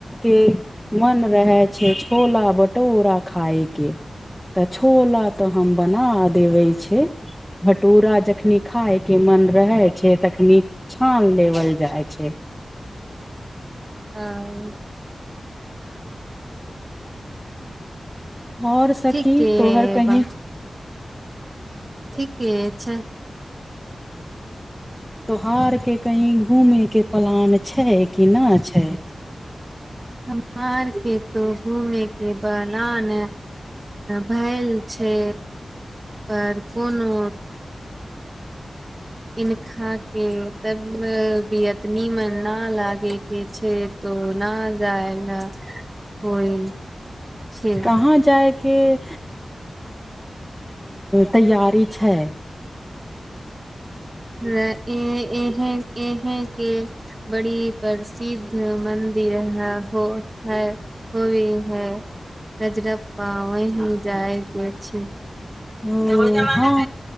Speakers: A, in the centre; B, on the right.
A: के मन रहे छै छोला भटूरा खाय के तऽ छोला तऽ हम बना देबे छै भटूरा जखनी खाय के मन रहय छै तखनि छान देबल जाइ छै
B: हँ
A: आओर सखीं
B: ठीके
A: तोहर कहीं
B: बा ठीके छै
A: तोहारके कहीँ घूमयके प्लान छै कि न छै
B: हमारके तो घूमयके पलान भेल छै पर कोनो इनखा के तब बियत नीमन ना लागे के छै तो ना जायगा होइ छै
A: कहाँ जा जाय के तैयारी छै
B: इं इहीं इहीं के बड़ी प्रसिद्ध मन्दिर ह हो है होवे है रजरप्पा वही जायके छै
A: ओ
B: तब जमा
A: हँ
B: ने